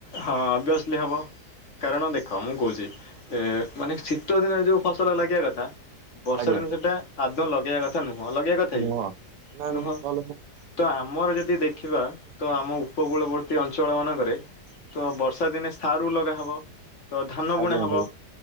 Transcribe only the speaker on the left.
ହଁ ଅଭିିଅସଲି ହେବ। କାରଣ ଦେଖ ମୁଁ କହୁଛି ମାନେ ଶୀତ। ଶୀତ ଦିନେ ଯୋଉ ଫସଲ ଲାଗିବା କଥା ବର୍ଷା
ଦିନ ସେଟା ଆଦୌ ଲଗେଇବା କଥା। କଥା ନୁହଁ ଲଗେଇବା କଥା
କି।
ନୁହଁ।
ତ ଆମର ଯଦି ଦେଖିବା ତ ଆମ ଉପକୂଳବର୍ତ୍ତୀ ଅଞ୍ଚଳ ମାନଙ୍କରେ। ତ ବର୍ଷା ଦିନେ ସାରୁ ଲଗାହବ ତ ଧାନ ବୁଣା
ହବ